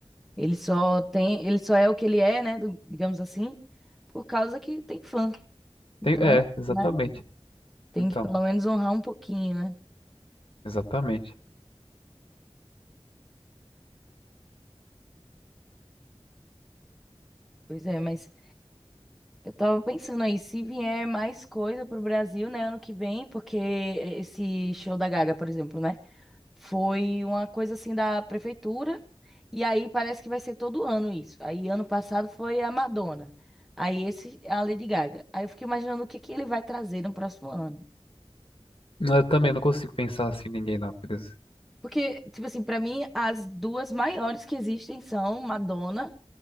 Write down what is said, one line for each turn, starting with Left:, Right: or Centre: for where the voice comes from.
Centre: Ele só tem, ele só é o que ele é, né, do- digamos assim, por causa que tem fã. Então,
Left: Tem- é, exatamente.
Centre: né, tem
Left: Então,
Centre: que pelo menos honrar um pouquinho, né?
Left: exatamente.
Centre: Pois é, mas. Eu tava pensando aí, se vier mais coisa pro Brasil, né, ano que vem, porque esse show da Gaga, por exemplo, né, foi uma coisa assim da prefeitura, e aí parece que vai ser todo ano isso. Aí ano passado foi a Madonna, aí esse é a Lady Gaga. Aí eu fiquei imaginando o que que ele vai trazer no próximo ano.
Left: Eu também não consigo pensar assim em ninguém, não. quer dizer,
Centre: Porque, tipo assim, pra mim as duas maiores que existem são Madonna